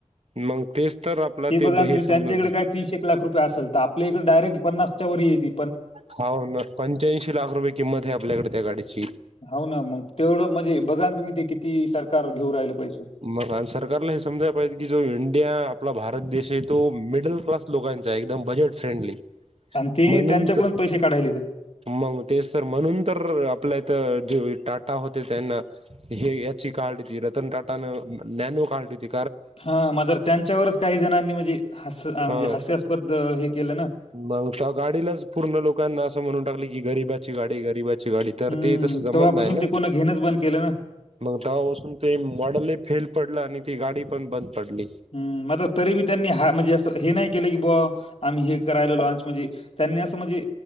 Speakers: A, on the right; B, on the left.
A: मग तेच तर आपला
B: ते बघा ना
A: हे
B: तुम्ही
A: समज
B: त्यांच्याकडे का तीस एक लाख रुपय असल तर आपल्या इकडे डायरेट पन्नासच्या व येती.
A: हा ना पंच्याऐंशी लाख रुपये किंमत आहे आपल्याकडे त्या गाडीची.
B: हो ना मग तेवढं म्हणजे बघा ना तुम्ही ते किती सरकार घेऊ राहिल पैसे.
A: मग आणि सरकारला हे समजायला पाहिजे की जो इंडिया आपला भारत देश आहे तो मिडल क्लास लोकांचा एकदम बजेट फ्रेंडली
B: आणि ते
A: म्हणून
B: त्यांच्याकडून
A: त
B: पैसे काढायले ते.
A: मग तेच तर म्हणून तर आपल्या इथं जे टाटा होते त्यांना हे याची काल्टटीची रतन टाटा न नॅनो कालिटी
B: हा मात्र त्यांच्यावरच काही जणांनी म्हणजे ह्य म्हणजे
A: अ
B: हास्यास्पद हे केलं ना
A: मग तर गाडीलाच पूर्ण लोकांना असं म्हणून टाकली की गरीबाची गाडी गरीबा ची गाडी तर
B: हम्म
A: ते तसं जमत
B: तेव्हापासून
A: नाही ना.
B: ते कोण घेणंच बंद केलं ना.
A: मग तवा पासून ते माडल लय फेल पडलं आणि ती गाडी पण बंद पडली.
B: ह् म्र तरी बी त्यांनी हा म्हणजे हे नाही केलं की बा आम्ही हे करायला लाॅनच म्हणजे त्यांनी असं म्हणजे